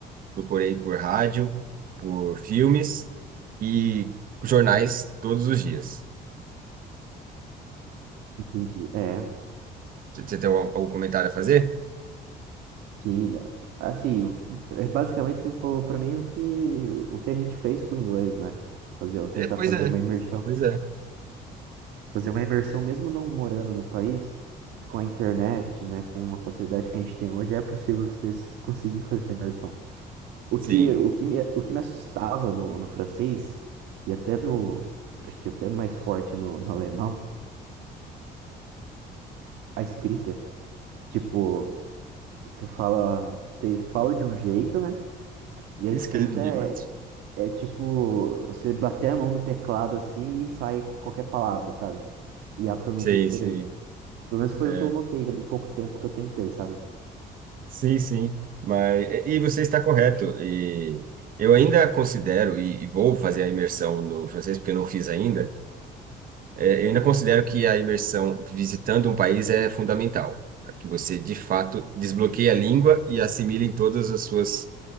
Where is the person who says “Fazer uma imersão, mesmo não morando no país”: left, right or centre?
Right